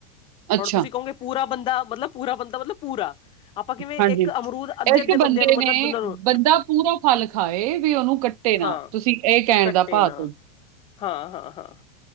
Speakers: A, on the right; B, on the left.
A: ਅੱਛਾ,
B: ਹੁਣ ਤੁਸੀਂ ਕਹੋਗੇ ਪੂਰਾ ਬੰਦਾ, ਮਤਲਬ ਪੂਰਾ ਬੰਦਾ, ਮਤਲਬ ਪੂਰਾ, ਆਪਾਂ ਕਿਵੇਂ
A: ਹਾਂਜੀ।
B: ਇੱਕ ਅਮਰੂਦ ਅਧੇ
A: ਇੱਕ
B: -ਅਧੇੰ
A: ਬੰਦੇ
B: ਬੰਦਿਆਂ ਨੂੰ ਮਤਲਬ
A: ਨੇ
B: ਦੋਨਾਂ ਨੂੰ,
A: ਬੰਦਾ ਪੂਰਾ ਫਲ ਖਾਏ ਵੀ,, ਉਹਨੂੰ ਕੱਟੇ ਨਾ
B: ਹਾਂ
A: ਤੁਸੀਂ ਇਹ ਕਹਿਣ
B: ਕੱਟੇ
A: ਦਾ ਭਾਞ
B: ਨਾ
A: ਦੋ
B: ਹਾਂ ਹਾਂ ਹਾਂ